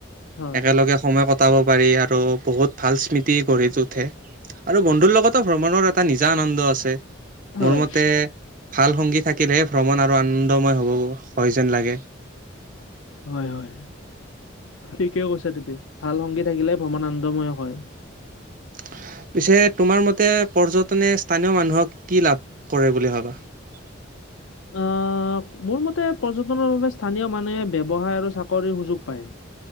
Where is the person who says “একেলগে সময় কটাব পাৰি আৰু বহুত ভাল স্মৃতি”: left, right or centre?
Right